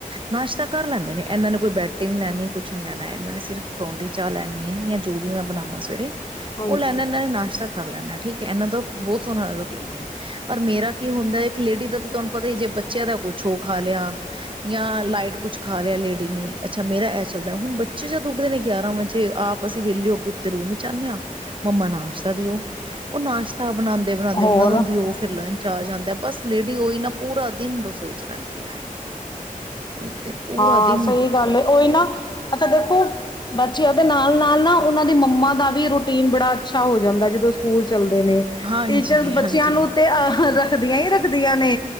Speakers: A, on the right; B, on the left.
A: ਨਾਸ਼ਤਾ ਕਰ ਲੈਂਦੇ ਨੇ ਇਹਨਾਂ ਨੇ ਕੋਈ ਬੈਡ ਟੀ ਨੀ ਲੈਣੀ ਕੁ ਕੁਛ ਨੀ ਲੈਣਾ ਇਹਨਾਂ ਨੇ ਸਿਰਫ ਪਰੌਂਠੀ ਚਾਹ ਲੈਣੀ ਹੈ ਜਾਂ ਜੋ ਵੀ ਮੈਂ ਬਣਾਵਾਂ ਸਵੇਰੇ।
B: ਹਾਂਜੀ।
A: ਉਹ ਲੈਣਾ ਇਹਨਾਂ ਨੇ ਨਾਸ਼ਤਾ ਕਰ ਲੈਣਾ ਠੀਕ ਹੈ ਇਹਨਾਂ ਦਾ ਬਹੁਤ ਸੋਹਣਾ ਰੂਟੀਨ ਔਰ ਮੇਰਾ ਕੀ ਹੁੰਦਾ ਇੱਕ ਲੇਡੀ ਦਾ ਤੇ ਤੁਹਾਨੂੰ ਪਤਾ ਹੀ ਜੇ ਬੱਚਿਆਂ ਦਾ ਕੁਛ ਓ ਖਾ ਲਿਆ। ਜਾਂ ਲਾਈਟ ਕੁਛ ਖਾ ਲਿਆ ਲੇਡੀ ਨੇ ਅੱਛਾ ਮੇਰਾ ਚੱਲਦਾ ਹੁਣ ਬੱਚੇ ਜਦ ਉੱਠਦੇ ਨੇ ਗਿਆਰਾਂ ਵਜੇ ਆਪ ਅਸੀਂ ਵਿਹਲੇ ਹੋ ਕੇ ਉਤੇ ਰੋਬ ਜਮਾਨੇ ਹਾਂ। ਮੰਮਾ ਨਾਸ਼ਤਾ ਦਿਓ ਉਹ ਨਾਸ਼ਤਾ ਬਣਾਉਂਦੇ, ਬਣਾਉਂਦੇ
B: ਹੋਰ
A: ਉਹਨਾਂ ਦਾ ਹੁੰਦੀ ਉਹ ਫਿਰ ਲੰਚ ਆ ਜਾਂਦਾ ਬਸ ਲੇਡੀ ਉਹੀ ਨਾ ਪੂਰਾ ਦਿਨ ਰਸੋਈ ਚ ਰਹਿੰਦੀ ਹੈ। ਉੱਹੀ ਤੇ ਪੂਰਾ
B: ਹਾਂ
A: ਦਿਨ
B: ਸਹੀ ਗੱਲ
A: ਖ਼ਰਾਬ
B: ਉਹੀ
A: ਜਾਂਦਾ
B: ਨਾ ਅੱਛਾ ਦੇਖੋ। ਬੱਚਿਆਂ ਉਹਦੇ ਨਾਲ ਨਾਲ ਨਾ ਉਹਨਾਂ ਦੀ ਮੰਮਾ ਦਾ ਵੀ ਰੂਟੀਨ ਬੜਾ ਅੱਛਾ ਹੋ ਜਾਂਦਾ ਜਦੋਂ ਸਕੂਲ ਚੱਲਦੇ ਨੇ
A: ਹਾਂਜੀ
B: ਟੀਚਰਸ ਬੱਚਿਆਂ
A: ਹਾਂਜੀ
B: ਨੂੰ ਤੇ ਅ ਰੱਖਦੀਆਂ ਹੀ ਰੱਖਦੀਆਂ ਨੇ